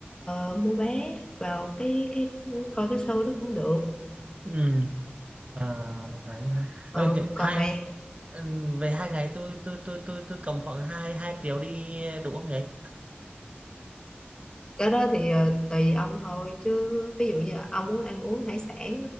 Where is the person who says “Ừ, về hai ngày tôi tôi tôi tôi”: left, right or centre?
Right